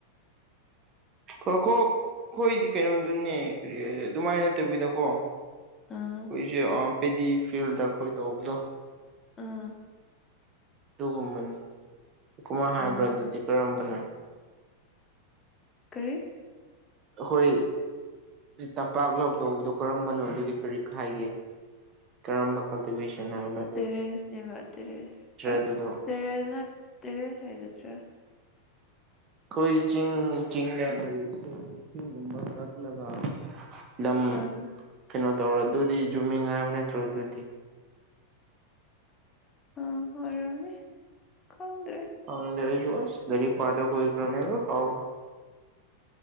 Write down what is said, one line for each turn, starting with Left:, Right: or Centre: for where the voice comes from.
Right: ꯈꯣꯏꯈꯣ ꯑꯩꯈꯣꯏꯗꯤ ꯀꯩꯅꯣꯗꯨꯅꯦꯔꯤ ꯑꯗꯨꯃꯥꯏꯅ ꯅꯠꯇꯕꯤꯗꯀꯣ
Left: ꯑꯥ
Right: ꯀꯣꯏꯁꯦ ꯑꯄꯦꯗꯤ ꯐꯤꯜꯈꯣꯏ ꯇꯕꯖ
Left: ꯑꯥ
Right: ꯑꯗꯨꯒꯨꯝꯕꯅꯤꯀꯃ ꯍꯥꯏꯕ꯭ꯔ
Left: ꯑꯥ
Right: ꯑꯗꯨꯗꯤ ꯀꯔꯝꯕꯅꯣ
Left: ꯀꯔꯤ
Right: ꯑꯩꯈꯣꯏ ꯇꯝꯄꯥꯛ ꯂꯥꯎ ꯇꯧꯕꯗꯣ ꯀꯔꯝꯕꯅꯣ ꯑꯗꯨꯗꯤ ꯀꯔꯤ ꯍꯥꯏꯥꯏꯒꯦ ꯀꯔꯝꯕ ꯀꯜꯇꯤꯚꯦꯁꯟ ꯍꯥꯏꯕ
Left: ꯇꯦꯔꯁꯅꯤꯚ ꯇꯦꯔꯁ ꯑꯦ
Right: ꯑꯗꯨꯗꯣ
Left: ꯇꯦꯔꯁ ꯇꯦꯔꯁ ꯍꯥꯏꯠꯇ
Right: ꯑꯩꯈꯣꯏ ꯆꯤꯡ ꯆꯤꯡꯗ
Left: ꯑꯣꯏꯔꯝꯅꯤ
Right: ꯀꯔꯤꯁꯤꯡ ꯏꯁꯤꯡꯒꯨꯝꯕ ꯀꯛꯂꯒ ꯂꯝ
Left: ꯑꯥ
Right: ꯀꯩꯅꯣ ꯇꯧꯔꯣ ꯑꯗꯨꯗꯤ ꯖꯨꯃꯤꯡ ꯍꯥꯏꯕ ꯅꯠꯇ꯭ꯔꯣ ꯑꯗꯨꯗꯤ
Left: ꯑ ꯑꯣꯏꯔꯝꯅꯦ ꯈꯪꯗ꯭ꯔꯦ
Right: ꯥꯎꯁꯨꯁ ꯒꯔꯤ ꯐꯥꯗ ꯀ꯭ꯔꯅꯦ ꯀꯥꯎ